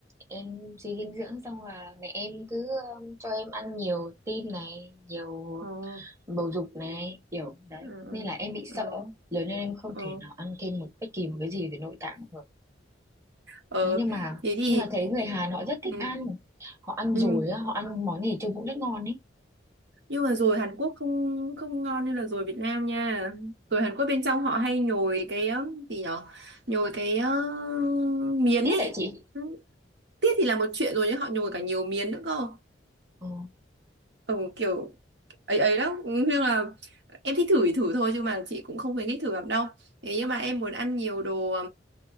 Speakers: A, on the right; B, on the right.
A: em suy dinh dưỡng xong là mẹ em cứ um, cho em ăn nhiều tim này, nhiều
B: Ờ,
A: bầu dục này, kiểu đấy.
B: ừ, ừ,
A: Nên là em bị
B: ừ.
A: sợ, lớn lên em không
B: ừ.
A: thể nào ăn thêm một bất kỳ một cái gì về nội tạng được.
B: ờ
A: Đấy, nhưng mà
B: thế thì
A: nhưng mà thấy người Hàn họ rất thích
B: ừ,
A: ăn. Họ ăn
B: ừ.
A: rồi, á, họ ăn món gì trông cũng rất ngon ấy.
B: nhưng mà rồi Hàn Quốc không không ngon như là rồi Việt Nam nha rồi Hàn Quốc bên trong họ hay nhồi cái ừm, gì nhở nhồi cái ừm, miến
A: Tiếc
B: ấy
A: hả chị?
B: Ừ, tiết thì là một chuyện rồi nhưng họ nhồi cả nhiều miến nữa cơ
A: Ờ,
B: ừ, kiểu ấy ấy đó Ừ, nhưng là em thích thử thì thử thôi chứ mà chị cũng không khuyến khích thử lắm đâu thế nhưng mà em muốn ăn nhiều đồ